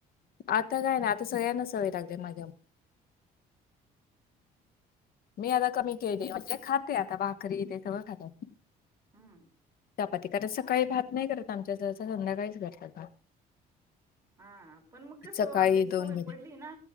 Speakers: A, on the left (about 60°); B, on the right (about 15°).
A: आता काय नाही आता सगळ्यांना सवय लागली माझ्यामुळे मी आता कमी केले म्हणजे खाते आता भाकरी इथे सगळं खातात.
B: हम्म.
A: चपाती, कारण सकाळी भात नाही करत आमच्यात सहसा संध्याकाळीच करतात भात.
B: हा.. पण मग कसं...
A: सकाळी
B: आपल्याला सवोय
A: दोन
B: पडली ना,